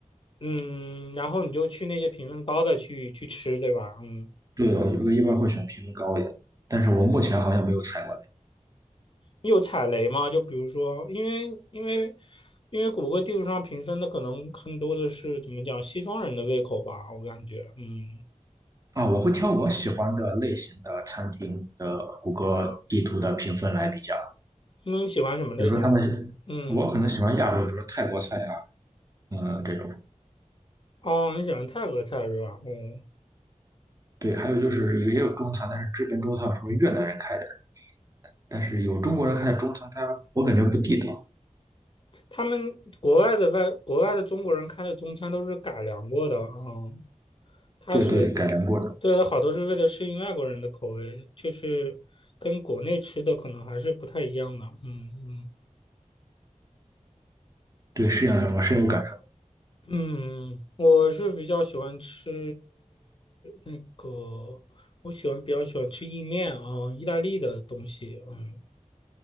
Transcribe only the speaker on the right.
对，我我一般会选评分高一点的但是我目前好像没有踩过雷
啊。我会挑我喜欢的类型的餐厅的谷歌地图的评分来比较，
比如说他们，
我可能喜欢亚洲，比如说泰国菜啊，呃，这种。
对，还有就是也有中餐，但是这边中餐有什么越南人开的，但是有中国人开的中餐，它我感觉不地道。
对对，改良过的，
对，是这样的，我深有感受。